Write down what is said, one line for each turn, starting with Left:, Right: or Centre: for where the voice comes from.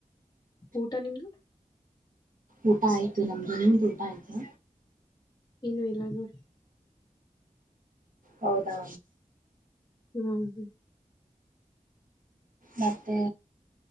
Left: ಊಟ ನಿಮ್ದು.
Right: ಊಟ ಆಯತು ನಮ್ಮ್ದ ನಿಮ್ದು ಊಟ ಆಯ್ತಾ.
Left: ಇನ್ನು ಇಲ್ಲ ನೋಡಿ.
Right: ಹೌದಾ
Left: ಹ್ಮ್ ಹ್ಮ್
Right: ಮತ್ತೆ